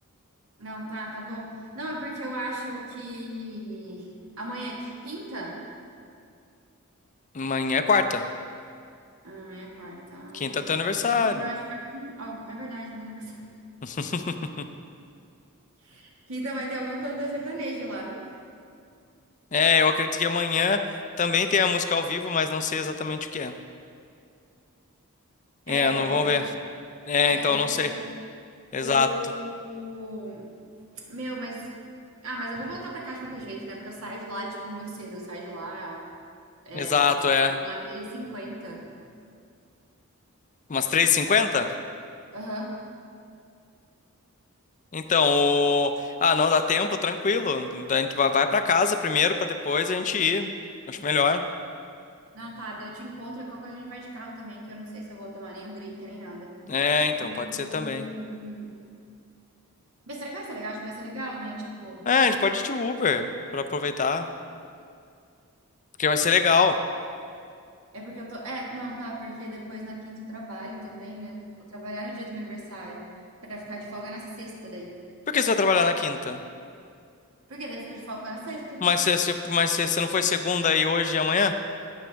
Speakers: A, on the right; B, on the left.
A: Não, tá, tá bom. Não, é porque eu acho que amanhã é quinta?
B: Amanhã é quarta,
A: Ah, Amanhã é quarta. Ah,
B: quinta é teu aniversário.
A: deve que Eu acho que é, um- al- é verdade, meu aniversário.
B: <laughs>
A: <laughs> Quinta vai ter algum canto sertanejo lá.
B: É, eu acredito que amanhã também tem a música ao vivo, mas não sei exatamente o que é. É,
A: É,
B: não
A: ó, quer
B: vão
A: ver?
B: ver. É,
A: É,
B: então
A: tem
B: não
A: que
B: sei.
A: ver.
B: Exato,
A: O, o- Meu, mas. Ah, mas eu vou voltar pra cá de qualquer jeito, né? Porque eu saio de lá, tipo, muito cedo. Eu saio de lá. É,
B: exato,
A: eu consigo
B: é.
A: sair de lá três e cinquenta
B: Umas três e cinquenta.
A: Aham.
B: Então, o- ah, não, dá tempo, tranquilo. A gente vai vai pra casa primeiro, pra depois a gente ir. Acho melhor.
A: Não, tá, daí eu te encontro e qualquer coisa a gente vai de carro também, que eu não sei se eu vou tomar nenhum drink, nem nada.
B: É, então,
A: O...
B: pode
A: o-
B: ser também.
A: Mas será que vai ser legal? Acho que vai ser legal, né? Tipo,
B: É, a gente pode ir de Uber, pra aproveitar, porque vai ser legal.
A: é porque eu tô. É, não, tá, porque depois na quinta eu trabalho também, né? Vou trabalhar no dia do meu aniversário, pra ficar de folga na sexta daí.
B: Por que você vai trabalhar na quinta?
A: Porque daí eu fico de folga na sexta.
B: Mas se, se- mas se, se não foi segunda e hoje e amanhã?